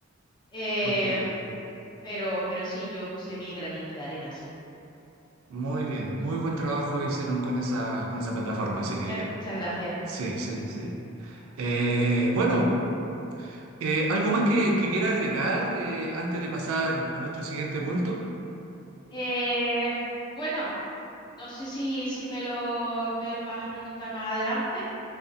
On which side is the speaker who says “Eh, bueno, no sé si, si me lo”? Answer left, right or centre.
Left